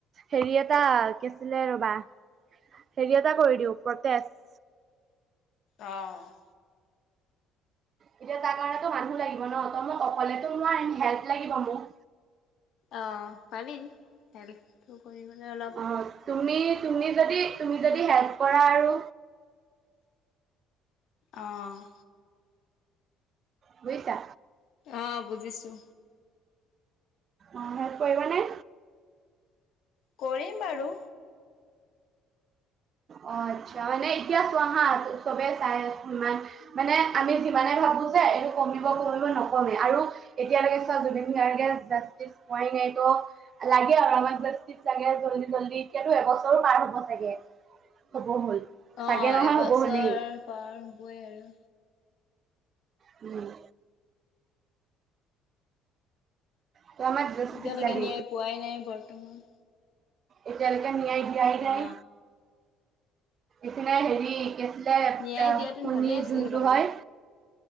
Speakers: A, on the right; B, on the left.
A: হেৰি, এটা, কি আছিলে, ৰবা, হেৰি, এটা কৰি দিওঁ, প্ৰটেষ্ট
B: অ'।
A: এতিয়া তাৰ কাৰণেতো মানুহ লাগিব ন ত মই অকলেতো মোৰ হেল্প লাগিব মোক।
B: অ' পাৰি হে কৰিব নে, অলপ
A: অ', তুমি, তুমি, যদি তুমি যদি হেল্প কৰা আৰু
B: আহঁ'।
A: বুইছা
B: অ', বুজিছোঁ।
A: অ, হেল্প কৰিবা নে?
B: কৰিম বাৰু
A: অহ, আচ্ছা। মানে এতিয়া চোৱাহা চবে চাই সিমান মানে আমি যিমানে ভাবো যে এইটো কমিব কমিব নকমে। আৰু এতিয়ালৈকে চোৱা জুবিন গাৰ্গে জাষ্টিচ পুৱাই নাই টো লাগে আৰু আমাক জাষ্টিচ লগে জল্দি জল্দি। এতিয়াতো এবছৰো পাৰ হব চাগে। হব হ'ল। চাগে
B: অ',
A: নহয়
B: এবছৰ
A: হ'ব হ'লেই
B: পাৰ হ'বই আৰু।
A: হম'। ত' আমাক জাষ্টিচ
B: এতিয়ালৈকে
A: লাগে
B: ন্যায় পোৱাই নাই, বৰ্তমান।
A: এতিয়াালক ন দিয়াই নাই
B: অ
A: ইচনা হেৰি কি আছিলে, <unintelligible>
B: ন্যায় দিয়াহেতেন
A: কণী,
B: ভালেই আছিল
A: যোনটো
B: বাৰু
A: হয়